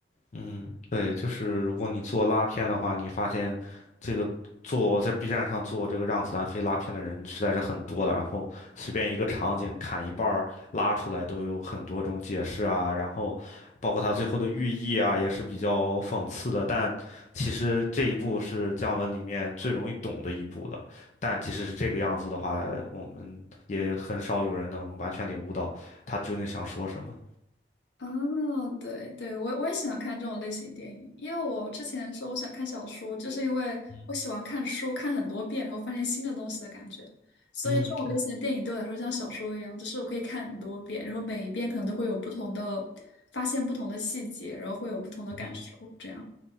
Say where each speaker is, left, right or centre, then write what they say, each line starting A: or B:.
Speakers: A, on the left; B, on the left.
A: 嗯，对，就是如果你做拉片的话，你发现这个做在 B 站上做这个让子弹飞拉片的人实在是很多了，然后随便一个场景砍一半儿拉出来都有很多种解释啊，然后包括它最后的寓意啊也是比较讽刺的，但其实这一步是姜文里面最容易懂的一步了，但即使是这个样子的话，我们也很少有人能完全领悟到他究竟想说什么。
B: 哦，对对，我我也喜欢看这种类型电影，因为我之前说我想看小说，就是因为我喜欢看书，
A: 嗯
B: 看很多遍，然后发现新的东西的感觉。所以这种类型的电影对我来说像小说一样，
A: 嗯，对。
B: 就是我可以看很多遍，然后每一遍可能都会有不同的，发现不同的细节，然后会有不同的感受，
A: 嗯
B: 这样。